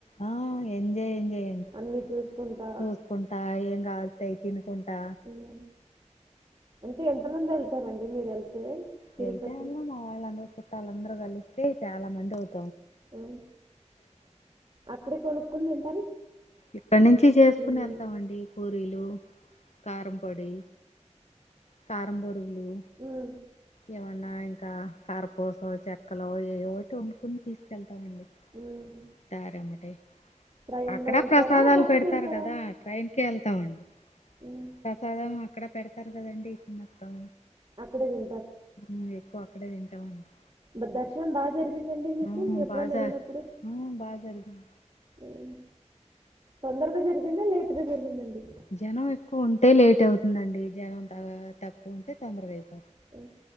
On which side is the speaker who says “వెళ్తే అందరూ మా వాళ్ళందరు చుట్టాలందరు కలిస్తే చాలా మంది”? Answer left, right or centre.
Left